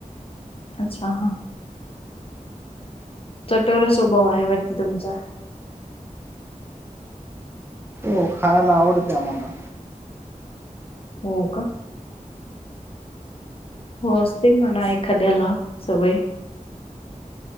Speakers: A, on the left (about 40°); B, on the right (about 15°).
A: अच्छा हा,, चटोरा स्वभाव आहे वाटत तुमचा.
B: हो, खायला आवडतय आम्हाला.
A: हो का? हो,, असते म्हणा एखाद्याला सवय.